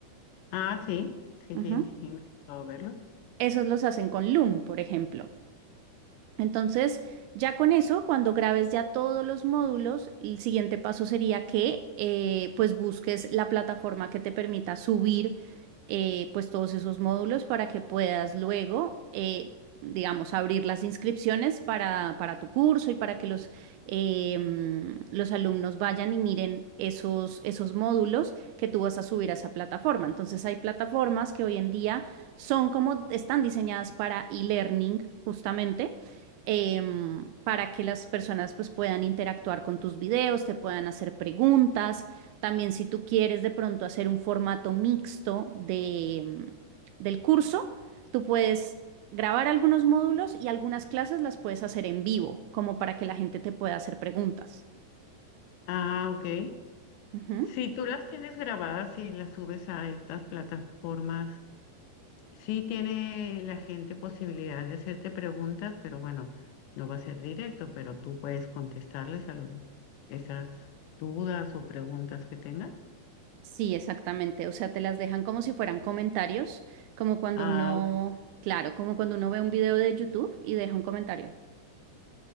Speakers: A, on the left; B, on the right.
A: Ah, sí, sí,
B: Ujú.
A: sí, sí, me puedo verlo.
B: Esos los hacen con Loom, por ejemplo. Entonces, ya con eso, cuando grabes ya todos los módulos, el siguiente paso sería que eh, pues busques la plataforma que te permita subir eh, pues todos esos módulos para que puedas luego, eh, digamos, abrir las inscripciones para, para tu curso y para que los, eh, mm, los alumnos vayan y miren esos, esos módulos que tú vas a subir a esa plataforma. Entonces, hay plataformas que hoy en día son como, están diseñadas para e-learning justamente em, para que las personas pues puedan interactuar con tus videos, te puedan hacer preguntas. También si tú quieres de pronto hacer un formato mixto de, em, del curso, tú puedes grabar algunos módulos y algunas clases las puedes hacer en vivo, como para que la gente te pueda hacer preguntas.
A: Ah, ok.
B: Ujú.
A: Si tú las tienes grabadas y las subes a estas plataformas Sí tiene la gente posibilidad de hacerte preguntas, pero bueno, no va a ser directo, pero tú puedes contestarles a lo- esas dudas o preguntas que tenga.
B: Sí, exactamente. O sea, te las dejan como si fueran comentarios, como cuando
A: Ah,
B: uno,
A: ok.
B: claro, como cuando uno ve un video de YouTube y deja un comentario.